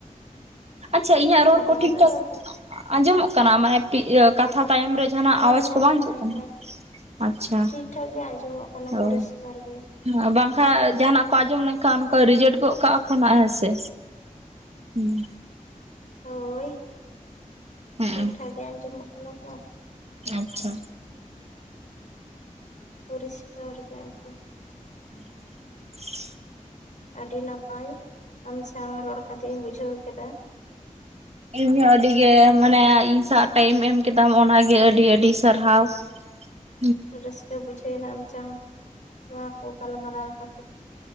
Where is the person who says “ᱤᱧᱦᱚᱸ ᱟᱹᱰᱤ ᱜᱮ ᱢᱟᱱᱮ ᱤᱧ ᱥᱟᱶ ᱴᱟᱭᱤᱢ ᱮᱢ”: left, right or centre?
Right